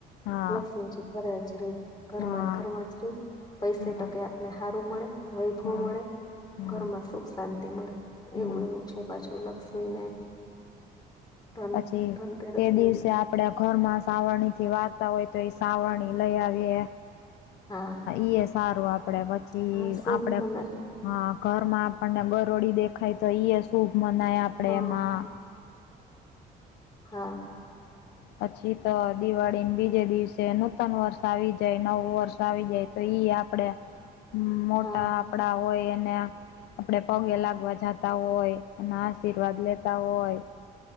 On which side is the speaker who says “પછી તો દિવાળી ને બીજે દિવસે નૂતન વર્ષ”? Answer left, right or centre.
Left